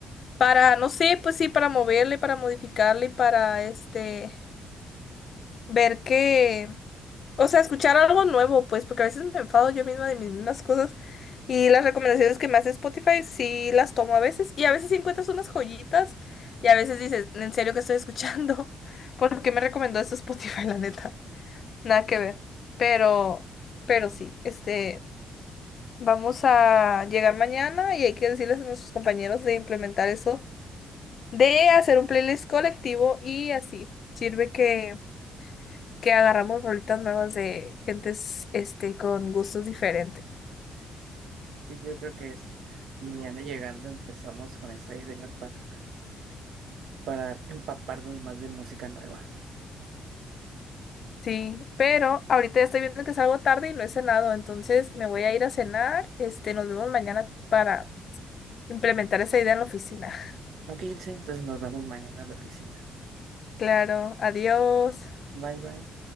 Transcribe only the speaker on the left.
para, no sé, pues sí, para moverle, para modificarle, y para este... ver que, o sea, escuchar algo nuevo, pues, porque a veces me enfado yo misma de mis mismas cosas y las recomendaciones que me hace Spotify sí las tomo a veces y a veces sí encuentras unas joyitas y a veces dices, ¿en serio que estoy escuchando? <laughs> ¿Por qué me recomendó esto Spotify, la neta? <laughs> Nada que ver. Pero, pero sí, este, vamos a llegar mañana y hay que decirles a nuestros compañeros de implementar eso, de hacer un playlist colectivo y así. Sirve que que agarramos rolitas nuevas de gentes este, con gustos diferentes.
Sí, pero ahorita ya estoy viendo que salgo tarde y no he cenado, entonces me voy a ir a cenar. Este, nos vemos mañana para implementar esa idea en la oficina. <laughs>
Claro, adiós.